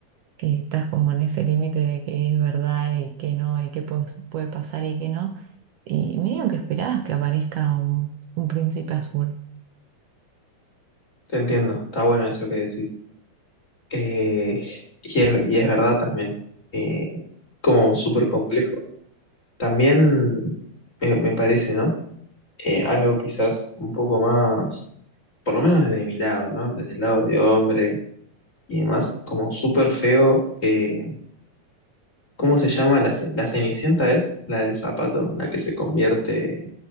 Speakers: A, on the right; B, on the left.
A: eh, estás como en ese límite de que es verdad y que no, y que puede pasar y que no. Y medio que esperabas que aparezca un, un príncipe azul.
B: Te entiendo, está bueno eso que decís. Eh, y es, y es verdad también, eh, como súper complejo. También eh, me parece, ¿no? Eh, algo quizás un poco más, por lo menos desde mi lado, ¿no? Desde el lado de hombre y demás, como súper feo. eh, ¿cómo se llama? La, ce- la Cenicienta es la del zapato, la que se convierte